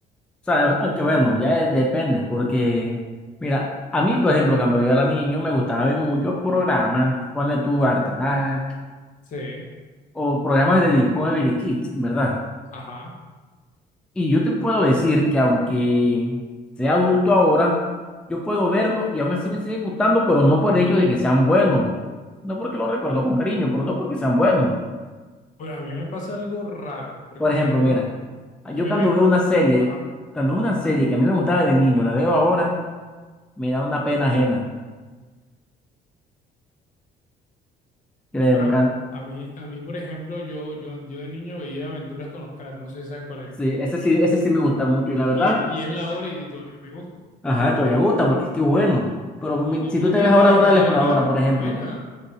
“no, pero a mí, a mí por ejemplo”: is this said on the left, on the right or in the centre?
Left